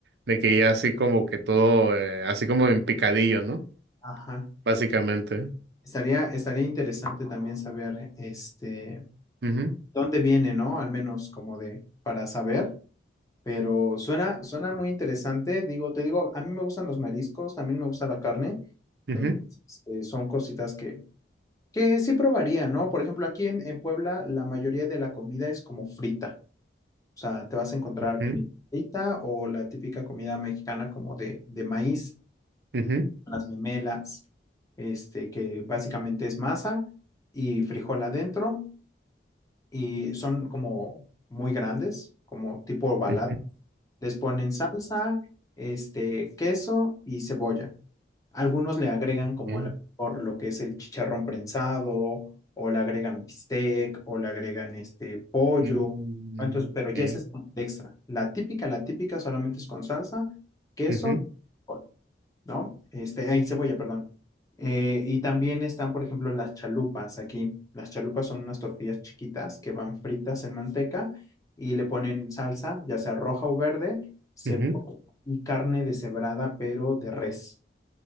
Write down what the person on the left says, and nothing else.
ajá.
Estaría, estaría interesante también saber, este,
dónde viene, ¿no? Al menos como de, para saber, pero suena, suena muy interesante. Digo, te digo, a mí me gustan los mariscos, también me gusta la carne,
Este, son cositas que, que sí probaría, ¿no? Por ejemplo, aquí en, en Puebla la mayoría de la comida es como frita. O sea, te vas a encontrar
comida frita o la típica comida mexicana como de, de maíz,
las memelas, este, que básicamente es masa y frijol adentro y son como muy grandes, como tipo ovalado.
Les ponen salsa, este, queso y cebolla. Algunos le agregan como
a lo mejor lo que es el chicharrón prensado, o le agregan bistec, o le agregan este pollo.
Entonces, pero ya
ese es como el extra. La típica, la típica solamente es con salsa, queso,
col, ¿no? Este, ay, cebolla, perdón. Eh, y también están, por ejemplo, las chalupas aquí. Las chalupas son unas tortillas chiquitas que van fritas en manteca y le ponen salsa, ya sea roja o verde, cebolla
y carne deshebrada, pero de res.